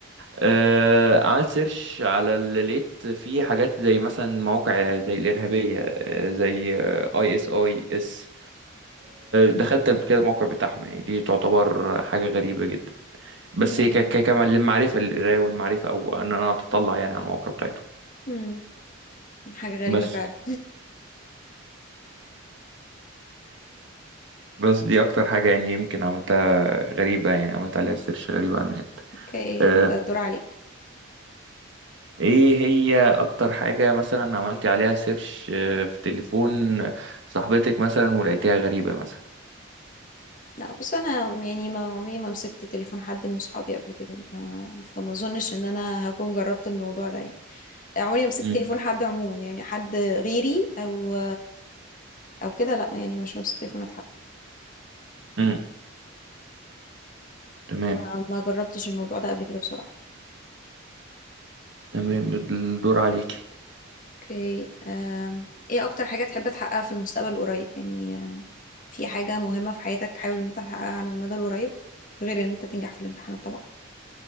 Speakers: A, on the right; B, on the left.
A: آه، عملت سيرش على اللي لقيت فيه حاجات زي مثلا مواقع زي الارهابيه آه، زي اي اس اي اس دخلت قبل كده الموقع بتاعهم يعني دي تعتبر حاجه غريبه جدا بس
B: مم.
A: هي ك- ك- كمان للمعرفة للقراية والمعرفة أو إن أنا أتطلع يعني على المواقع بتاعته
B: مم. حاجة غريبة
A: بس
B: فعلا
A: بس دي أكتر حاجة يعني يمكن عملتها غريبة يعني عملت عليها سيرش غريبة على النت
B: اوكي
A: آه،
B: الدور عليك
A: إيه هي أكتر حاجة مثلا عملتي عليها سيرش آه، في تليفون صاحبتك مثلا ولقيتيها غريبة مثلا
B: لا بص انا يعني ما عمري ما مسكت تليفون حد من صحابي قبل كده ما فما اظنش ان انا هكون جربت الموضوع ده يعني عمري ما مسكت
A: مم.
B: تليفون حد عموما يعني حد غيري او او كده لا يعني مش بمسك تليفونات حد
A: مم. تمام
B: فما جربتش الموضوع ده قبل كده بصراحة
A: تمام الدور عليكي
B: اوكي أم. ايه اكتر حاجة تحب تحققها في المستقبل القريب يعني آه، في حاجة مهمة في حياتك حابب ان انت تحققها على المدى القريب غير ان انت تنجح في الامتحانات طبعا